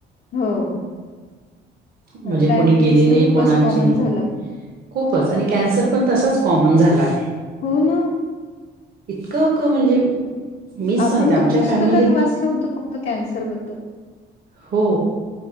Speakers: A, on the left (about 65°); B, on the right (about 50°).
A: हो
B: म्हणजे
A: डायबिटीस
B: कुणी गेलेले
A: तर खूपच
B: कोणाचे
A: कॉमन झाला
B: खूपच आणि कॅन्सर पण तसाच कॉमन झाला आहे.
A: हो ना.
B: इतकं क म्हणजे मीच
A: आपण
B: सांगते आमच्या
A: ते पुस्तकात
B: फॅमिलीत
A: वाचल होतं फक्त कॅन्सर बद्दल.
B: हो.